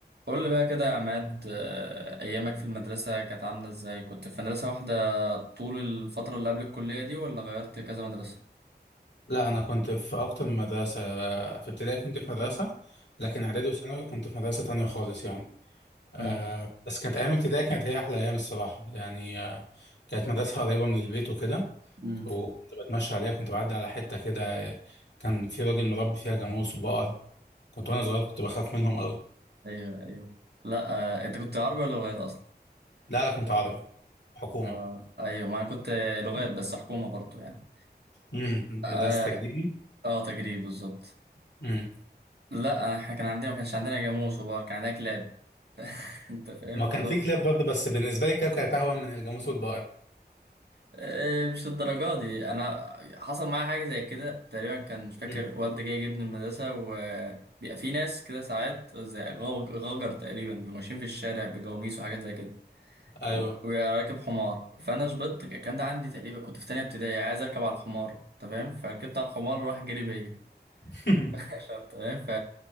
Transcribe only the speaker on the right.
قول لي بقى كده يا عماد آه، أيامك في المدرسة كانت عاملة إزاي؟ كنت في مدرسة واحدة طول الفترة اللي قبل الكلية دي ولا غيرت كذا مدرسة؟
مم.
امم
<laughs> أيوه أيوه لا آه، أنت كنت عربي ولا لغات أصلا؟
آه أيوه ما أنا كنت لغات
بس حكومة برضو يعني
أه
آه، تجريب بالظبط
لا إحنا كان عندنا ما كانش عندنا جاموس وبار كان عندنا كلاب <laughs> أنت فاهم
الموضوع
إيه، مش للدرجة دي انا حصل معايا حاجه زي كده تقريبا كان مش فاكر
والدي جاي يجيبني المدرسه وبيبقى في ناس كده ساعات زي غ- غجر تقريبا بيبقوا ماشيين في الشارع بجواميس وحاجات زي كده
و- وراكب حمار فانا شبطت الكلام ده عندي تقريبا كنت في تانية ابتدائي عايز اركب على الحمار انت فاهم فركبت على الحمار وراح جري بيا
<laughs> أنت فاهم ف